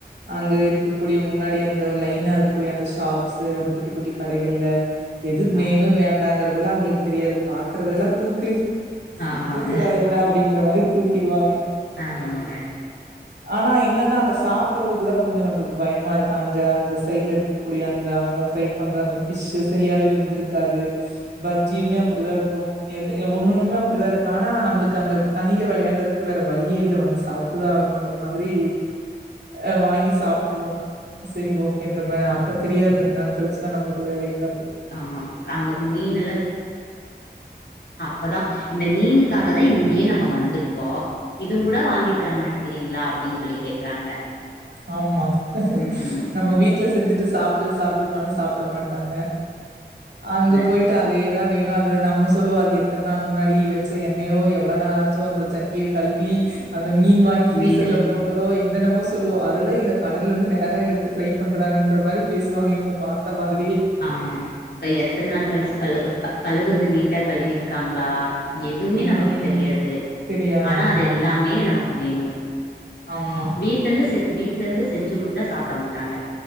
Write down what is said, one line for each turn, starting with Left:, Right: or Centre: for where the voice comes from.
Right: அங்க இருக்கக்கூடிய முன்னாடி அந்த லைனா இருக்கக்கூடிய அந்த ஷாப்ஸ் அந்த குட்டி குட்டி கடைகள்ல எது
Left: ஆ
Right: வேணு வேண்டாங்கற அதெல்லா அவங்களுக்கு தெரியாது பாக்குறதெல்லா தூக்கு
Left: ஆமாங்க
Right: தூக்குடா இவன அப்டிங்குற மாரி தூக்கிடுவாங்க
Left: ஆமாங்க
Right: ஆனா என்னன்னா அங்க சாப்பறதுக்கு தா கொஞ்சொ நம்ளுக்கு பயமா இருக்கு அங்க அந்த சைட்ல இருக்கக்கூடிய அந்த அவங்க ஃப்ரை பண்ற அந்த ஃபிஷ் சரியாவே வெந்துருக்காது
Left: ம்
Right: பஜ்ஜியுமே அப்டிதா இருக் கொ எல்லு ஒண்ணு ஒண்ணுமே அப்டிதா இருக்கு ஆனா நம்ளுக்கு அங்க தண்ணில வெளையாண்டதுக்கு வேற வழியே இல்ல வந்துச் சாப்ட்டுதா ஆகனுங்க இந்த மாதிரி அஹ் வாங்கி சாப்ட்ருவோ சரி ஓகேன்ற மாரி அப்ப தெரியாது ரெண்டு நாள் கழிச்சுதா நம்ளுக்கு வேலைய காட்
Left: ஆமா அங்க மீன் இப்பதா இந்த மீனுக்காக தா இங்கேயே நம்ம வந்துருக்கோ இது கூட வாங்கி தரமாட்டேங்கிறீங்களா அப்டின்னு சொல்லி கேக்குறாங்க
Right: ஆமா
Left: ம்
Right: நம்ம வீட்ல செஞ்சுட்டுச் சாப்டு ச் சாப்டுனாலு சாப்ட மாட்டாங்க அங்க
Left: இந்த
Right: போய்ட்டு அதேதா வேணு அ து நம்ம சொல்லுவோ அது எத்தன நாள் முன்னாடி வெச்ச என்னயோ எவ்வள நாளாச்சோ அந்த சட்டிய கழுவி அந் த மீன் வாங்கி ஃபிரீசர்ல
Left: மீனு
Right: போட்டதோ எ என்னன்னமோச் சொல்லுவோ அதெல்லா இல்ல கடல்லருந்து நேரா எடுத்து ஃபிரை பண்றாங்கன் ஒருமாறி பேசுவங்க இவங்க பாத் தமாது
Left: ஆமா க எத்தன் நாள் கல்ச்சு கலுவு கலுவுறது நீ ட்ட கழுவிர்க்காங்களா எதுவுமே
Right: ம்
Left: நமக்கு தெரியாது
Right: தெரியாது
Left: ஆனா
Right: ஆமா
Left: அதெல்லாமே
Right: ஆமா
Left: நமக்கு வேணும்
Right: ஆமா
Left: வீட்ல இருந்து செஞ் வீட்ல இருந்து செஞ்சு கொடுத்தா சாப்ட மாட்டாங்க